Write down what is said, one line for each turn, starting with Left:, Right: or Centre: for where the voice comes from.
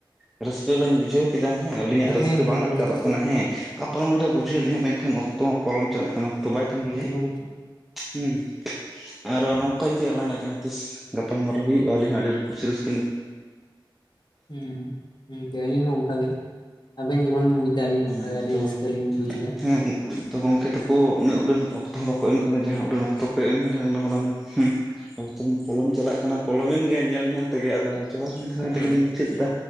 Centre: ᱨᱟᱹᱥᱠᱟᱹ ᱞᱟᱹᱧ ᱵᱩᱡᱷᱟᱹᱣ ᱠᱮᱫᱟ ᱦᱮᱸ ᱟᱹᱞᱤᱧᱟᱜ ᱨᱟᱹᱥᱠᱟᱹ
Left: ᱦᱮᱸ ᱦᱮᱸ
Centre: ᱵᱟᱝ
Left: ᱜᱚᱝᱠᱮ
Centre: ᱟᱴᱠᱟᱨᱚᱜ ᱠᱟᱱᱟ ᱦᱮᱸ ᱜᱟᱯᱟᱞᱢᱟᱨᱟᱣ ᱵᱩᱡᱷᱟᱹᱣ
Left: ᱦᱩᱸ
Centre: ᱞᱤᱧ ᱢᱮᱱ ᱠᱷᱟᱱ ᱚᱠᱛᱚ ᱦᱚᱸ ᱯᱚᱞᱚᱢ ᱪᱟᱞᱟᱜ ᱠᱟᱱᱟ ᱚᱠᱛᱚ ᱵᱟᱭ ᱛᱟᱸᱜᱤᱭᱟᱭ
Left: ᱵᱩᱞᱩᱝ
Centre: ᱦᱩᱸ ᱟᱨᱚ ᱱᱚᱝᱠᱟ ᱡᱩᱫᱤ ᱟᱞᱟᱝᱟᱜ ᱡᱟᱦᱟᱸ ᱛᱤᱥ ᱜᱟᱯᱟᱞᱢᱟᱨᱟ ᱦᱩᱭᱩᱜ-ᱟ ᱟᱹᱞᱤᱧ ᱦᱚᱸ ᱟᱹᱰᱤ ᱠᱩᱥᱤ ᱨᱟᱹᱥ
Left: ᱦᱩᱸ ᱦᱩᱸ <inaudible> ᱟᱞᱤᱧ ᱦᱚᱸ ᱚᱱᱠᱟ ᱜᱮ ᱟᱵᱮᱱ ᱡᱮᱢᱚᱱ ᱵᱩᱡ ᱫᱟ ᱟᱹᱞᱤᱧ
Centre: ᱦᱮᱸ
Left: ᱚᱱᱠᱟ ᱜᱮ ᱟᱹᱰᱤ
Centre: ᱛᱚ
Left: ᱨᱟᱹᱥᱠᱟᱹ ᱞᱤᱧ ᱵᱩᱡ ᱮᱫᱟ᱾
Centre: ᱦᱮᱸ ᱛᱚ ᱜᱚᱝᱠᱮ ᱛᱟᱠᱚ ᱩᱱᱟᱹᱜ ᱩᱰᱟᱹᱱ ᱚᱠᱛᱚ ᱦᱚᱸ ᱵᱟᱠᱚ ᱮᱢ ᱠᱟᱱᱟ ᱡᱟᱦᱟᱸ ᱩᱰᱟᱹᱱ ᱚᱠᱛᱚ ᱠᱚ ᱮᱢ ᱞᱮᱱ ᱚᱱᱟ ᱦᱚᱸᱞᱟᱝ ᱦᱩᱸ ᱚᱠᱛᱚᱢ ᱯᱚᱞᱚᱢ ᱪᱟᱞᱟᱜ ᱠᱟᱱᱟ ᱯᱚᱞᱚᱢᱮᱱ ᱜᱮᱭᱟ ᱧᱮᱞ ᱧᱮᱞ ᱛᱮᱜᱮ ᱟᱫᱚ ᱡᱚᱦᱟᱨ ᱜᱮ <unintelligible>
Left: ᱦᱩᱸ
Centre: ᱛᱮᱜᱮᱞᱤᱧ ᱢᱩᱪᱟᱹᱫ ᱫᱟ᱾